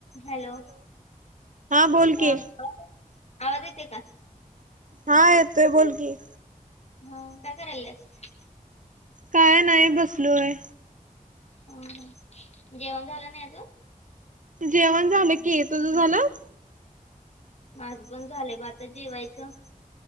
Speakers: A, on the left (about 50°); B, on the right (about 60°).
A: Hello,
B: बोल
A: हा
B: की
A: हॅलो आवाज येते का?
B: हा येतोय, बोल की.
A: हा काय करायलास-?
B: काय नाही बसलोय..
A: ह ह, जेवण झालं नाय अजुक?
B: जेवण झालं की. तुझं झालं?
A: माझ पण झालंय ब आता जेवायचं.